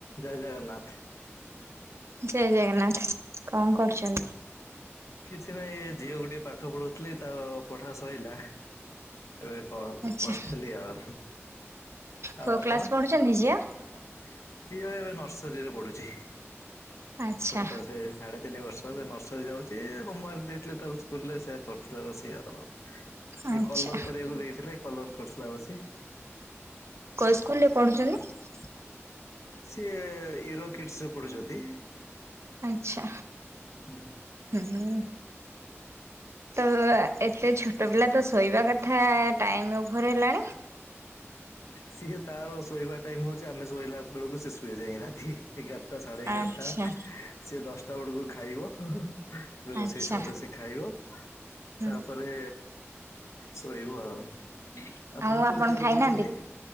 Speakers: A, on the left; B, on the right.
A: ଜୟ ଜଗନ୍ନାଥ।
B: ଜୟ ଜଗନ୍ନାଥ କଣ କରୁଛନ୍ତି?
A: କିଛି ନାହିଁ ଏ ଝିଅକୁ ଟିକେ ପାଠ ପଢଉଥିଲି ତାର ପଢା ସଇଲା। ଏବେ କଣ
B: ଆଚ୍ଛା
A: ବସିଥିଲି ଆଉ ଆଉ
B: କୋଉ
A: ଆପଣ?
B: କ୍ଲାସ ପଢୁଛନ୍ତି ଝିଅ?
A: <inaudible> ଝିଅ ଏବେ ନର୍ସରୀ ରେ ପଢୁଛି
B: ଆଚ୍ଛା
A: ଛୋଟ ସେ ସାଢେ ତିନି ବର୍ଷ ଏବେ ନର୍ସରୀ ଯାଉଛି ହୋମୱାର୍କ ଦେଇଥିଲେ ତା ସ୍କୁଲ ରେ ସେୟା କରୁଥିଲେ ବସିକି ଆଉ
B: ଆଚ୍ଛା
A: ଏ କଲର କରିବାକୁ ଦେଇଥିଲେ କଲର କରୁଥିଲା ବସି।
B: କୋଉ ସ୍କୁଲରେ ପଢୁଛନ୍ତି?
A: ସିଏ ୟରୋ କିଟସ ରେ ପଢୁଛନ୍ତି।
B: ଆଚ୍ଛା
A: ହୁଁ।
B: ହୁଁ ତ ଏତେ ଛୋଟ ପିଲା ତ ଶୋଇବା କଥା ଟାଇମ ଓଭର ହେଲାଣି।
A: ସିଏ ତାର ଶୋଇବା ଟାଇମ ହଉଛି ଆମେ ଶୋଇଲା ବେଳକୁ ସିଏ ସୁଏ ଯାଇକି ରାତି ଏଗାରଟା ସାଢ଼େ ଏଗାରଟା
B: ଆଚ୍ଛା।
A: ସିଏ ଦଶଟା ବେଳକୁ ଖାଇବ ଏବେ ରୋଷେଇ
B: ଆଚ୍ଛା
A: ସରିଲେ ସିଏ ଖାଇବ।
B: ହୁଁ
A: ତାପରେ ଶୋଇବ ଆଉ। ଆପଣ
B: ଆଉ
A: କୋଉ ଜାଗାରୁ
B: ଖାଇନାହାନ୍ତି?
A: କହୁଛନ୍ତି